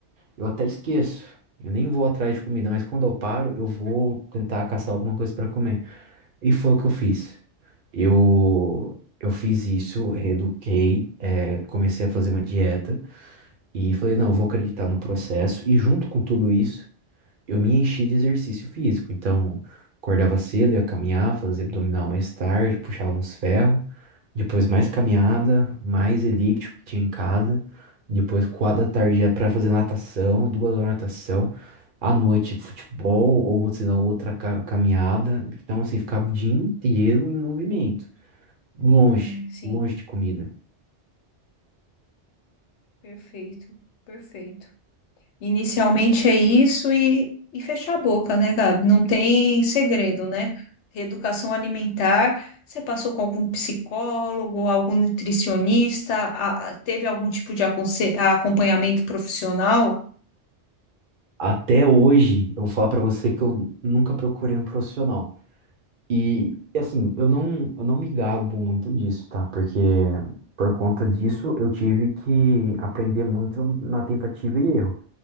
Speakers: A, on the right (about 55°); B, on the left (about 80°).
A: eu até esqueço. Eu nem vou atrás de comida, mas quando eu paro, eu vou tentar caçar alguma coisa pra comer. E foi o que eu fiz. Eu, eu fiz isso, reeduquei, eh, comecei a fazer uma dieta e falei, não, eu vou acreditar no processo. E junto com tudo isso, eu me enchi de exercício físico. Então, acordava cedo, ia caminhar, fazia abdominal mais tarde, puxava uns ferros. Depois mais caminhada, mais elíptico que tinha em casa. Depois, quatro da tarde, ia para fazer natação, duas horas de natação. À noite, futebol ou, se não, outra ca- caminhada. Então, assim, ficava o dia inteiro em movimento. Longe,
B: Sim, sim.
A: longe de comida.
B: Perfeito, perfeito. Inicialmente é isso e, e fechar a boca, né, Gabi? Não tem segredo, né? Reeducação alimentar, você passou com algum psicólogo, algum nutricionista, a- a- teve algum tipo de aconse- acompanhamento profissional?
A: Até hoje, eu vou falar pra você que eu nunca procurei um profissional. E, e assim, eu não, eu não me gabo muito disso, tá? Porque por conta disso, eu tive que aprender muito na tentativa e erro.